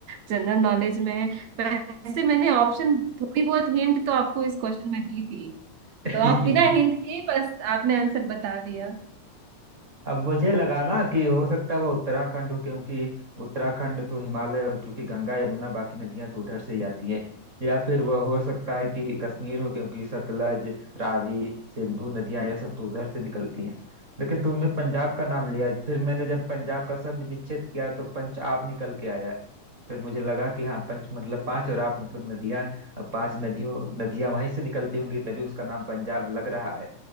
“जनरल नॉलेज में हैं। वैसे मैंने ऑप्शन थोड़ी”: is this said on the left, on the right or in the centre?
Right